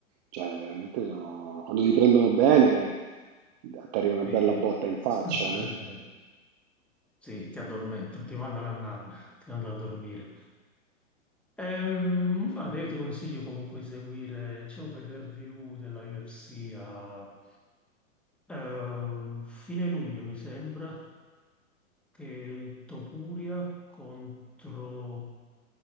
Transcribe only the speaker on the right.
cioè, veramente sono, quando ti prendono bene, ti arriva una
bella botta in faccia,
eh.